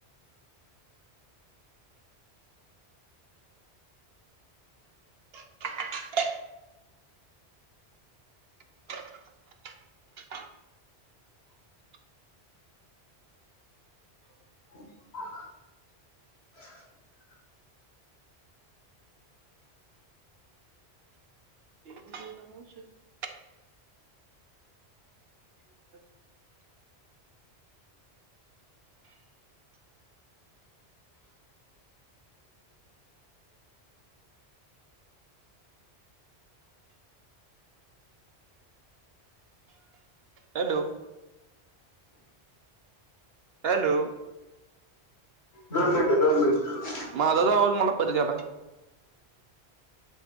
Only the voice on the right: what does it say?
<unintelligible> <unintelligible>
<unintelligible> <unintelligible> हॅलो हॅलो
माझाच आवाज मला परत आला